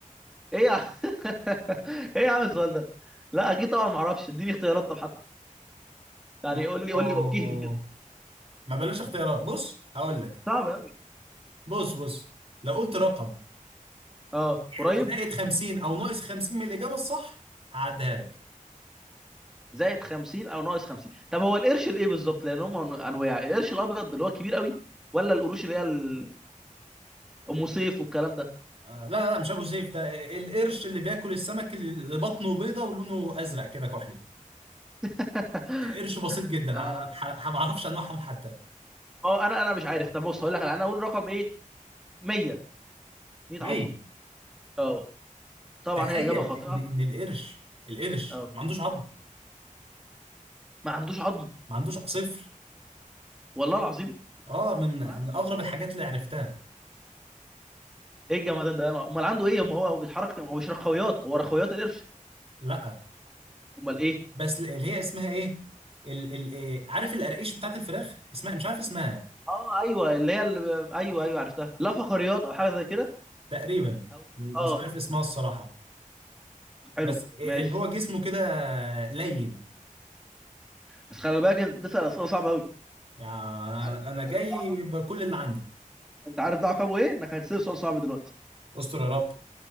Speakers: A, in the centre; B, on the right.
A: ايه يا <laughs> ايه يا عم السؤال ده لا اكيد طبعا ما اعرفش اديني اختيارات طب حتى يعني
B: ما
A: قول لي
B: أوه.
A: قول لي وجهني كده
B: ما بلاش اختيارات بص هقول لك
A: صعب قوي
B: بص بص لو قلت رقم
A: اه قريب
B: يعني زائد 50 او ناقص 50 من الاجابه الصح هعديها لك
A: زائد 50 او ناقص 50 طب هو القرش الايه بالظبط لان هم انواع القرش الابيض اللي هو كبير قوي ولا القروش اللي هي ال- ام سيف والكلام ده
B: آه لا لا لا مش ابو سيف ده القرش اللي بياكل السمك اللي بطنه بيضه ولونه ازرق كده كحلي
A: <laughs>
B: قرش بسيط جدا انا
A: آه،
B: أنا ح- ما اعرفش انواعهم حتى
A: ما هو انا انا مش عارف طب بص هقول لك على- انا اقول رقم ايه 100 100
B: 100
A: عظمه اه طبعا
B: تخيل
A: هي اجابه خاطئه
B: ان ان القرش القرش
A: اه
B: ما عندوش عظم
A: ما عندوش عظم
B: ما عندوش صفر
A: والله العظيم
B: اه من
A: امال عنده
B: من
A: ايه
B: اغرب الحاجات اللي عرفتها
A: ايه الجمدان ده امال عنده ايه ما هو بيتحرك ما هو مش رخويات هو رخويات القرش
B: لا
A: امال ايه
B: بس اللي هي اسمها ايه ال ال إيه؟ عارف القراقيش بتاعت الفراخ اسمها مش عارف اسمها
A: اه ايوه اللي هي اللي... ايوه ايوه عرفتها لا فقريات او حاجه زي كده
B: تقريبا
A: أو...
B: م-
A: اه
B: مش عارف اسمها الصراحة
A: حلو
B: بس إيه
A: ماشي
B: اللي هو جسمه كده لين
A: بس خلي بالك انت تسال اسئله صعبه قوي
B: يعني
A: عارف
B: انا أنا جاي
A: عارف ده عقاب
B: بكل اللي عندي
A: انت عارف ده عقابه ايه انك هتسال سؤال صعب دلوقتي
B: استر يا رب